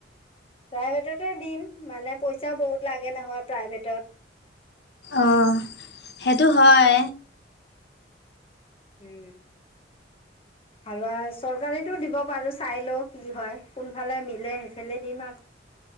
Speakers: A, on the left (about 30°); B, on the left (about 60°).
A: প্ৰাইভেটতে দিম মানে, পইচাও বহুত লাগে নহয় প্ৰাইভেটত!
B: অ' সেইটো হয়।
A: উম। আৰু চৰকাৰীতো দিব পাৰো চাই লও। কি হয়? কোনফালে মিলে সেইফালে দিম আৰু।